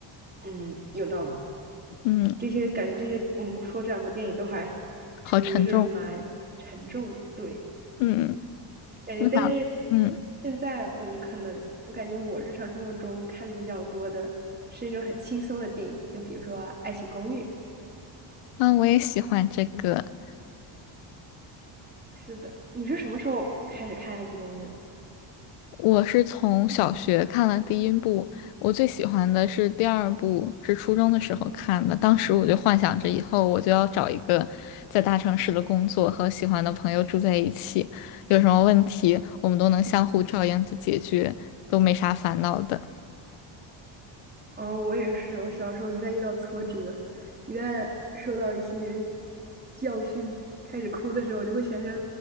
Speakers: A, on the right; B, on the left.
A: 嗯，有道理。
B: 嗯，
A: 这些感觉这些我们说这两部电影都还 <laughs> 属于是蛮沉重的，
B: 好沉重，
A: 对。
B: 嗯，嗯
A: 感觉，
B: 我想，
A: 但是
B: 嗯，
A: 现在我们可能，我感觉我日常生活中看的比较多的是那种很轻松的电影，就比如说《爱情公寓》。
B: 啊，我也喜欢这个。
A: 是的，你是什么时候开始看《爱情公寓》的？
B: 我是从小学看了第一部，我最喜欢的是第二部，是初中的时候看的。当时我就幻想着以后我就要找一个在大城市的工作，和喜欢的朋友住在一起，有什么问题我们都能相互照应着解决，都没啥烦恼的。
A: 嗯，我也是，我小时候一旦遇到挫折，一旦受到一些教训，开始哭的时候，我就会想象